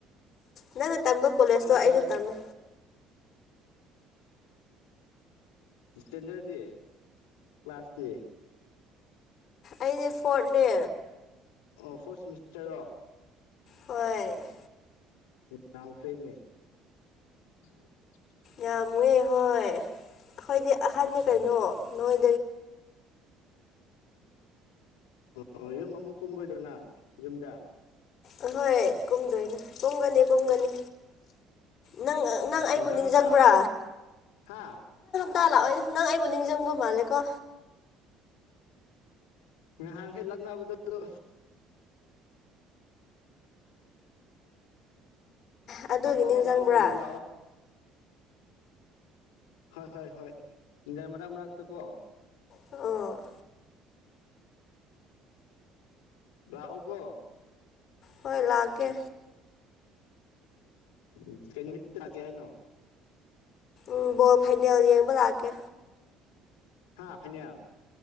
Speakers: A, on the left (about 55°); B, on the left (about 80°).
A: ꯅꯪꯅ ꯇꯝꯕ ꯀꯣꯂꯦꯖꯇꯣ
B: ꯍꯥꯏꯔꯣ
A: ꯑꯩꯁꯨ
B: ꯍꯥꯏꯔꯣ
A: ꯇꯝꯃꯦ
B: ꯇ‌ꯦꯅꯔꯗꯤ ꯀ꯭ꯂꯥꯁꯇꯤ
A: ꯑꯩꯁꯦ ꯐꯣꯔꯠꯅꯦ
B: ꯑꯣ ꯐꯣꯔꯠ ꯁꯤꯃꯤꯁꯇꫪꯔꯣ
A: ꯍꯣꯏ
B: ꯉꯝꯈꯩꯅꯦ <unintelligible>
A: ꯌꯥꯝꯃꯦ ꯍꯣꯏ ꯑꯩꯈꯣꯏꯗꯤ ꯑꯍꯟꯅꯤ
B: ꯎꯝ
A: ꯀꯩꯅꯣ ꯅꯣꯏ
B: ꯑꯣ ꯌꯨꯝ ꯑꯃꯨꯛ ꯀꯨꯝꯒꯣꯏꯗꯔꯉꯥ ꯌꯨꯝꯗꯥ
A: ꯑ ꯍꯣꯏ ꯀꯨꯝꯗꫭꯏꯅꯦ ꯀꯨꯝꯒꯅꯤ ꯀꯨꯝꯒꯅꯤ ꯅꯪ ꯅꯪ ꯑꯩꯕꯨ
B: ꯃꯊꯪ
A: ꯅꯤꯡꯖꯪꯕ꯭ꯔꯥ
B: ꯍꯞꯇꯥ ꯍꯥ
A: ꯇꯥ ꯂꯥꯛꯑꯣꯏꯅ ꯅꯪ ꯑꯩꯕꯨ ꯅꯤꯡꯖꯪꯕ ꯃꯥꯜꯂꯦꯀꯣ
B: ꯉꯍꯥꯟꯈꯩ ꯂꯛꯅꯕꯗꫭ ꯑꯗꯨ
A: ꯑꯗꯨꯒꯤ
B: ꯂꯥꯛꯑꯣ
A: ꯅꯤꯡꯁꯤꯡꯕ꯭ꯔꯥ
B: ꯂꯥꯛꯑꯣ ꯊꯨꯅ ꯂꯥꯛꯑꯣ ꯍꯣꯏ ꯍꯣꯏ ꯍꯣꯏ ꯅꯪ ꯃꯔꯛ ꯃꯔꯛ ꯇꯀꯣ
A: ꯑ
B: ꯂꯥꯛꯎꯨ ꯀꯣ
A: ꯍꯣꯏ ꯂꯥꯛꯀꯦ
B: ꯎꯝ ꯀꯩ ꯅꯨꯃꯤꯠꯇ ꯂꯥꯛꯀꯦ ꯍꯥꯏꯅꯣ
A: ꯎꯝ ꯕꫭꯜ ꯐꯥꯏꯅꯦꯜ ꯌꯦꯡꯕ ꯂꯥꯛꯀꯦ
B: ꯍꯥꯥ ꯐꯥꯏꯅ‌ꯦꯜ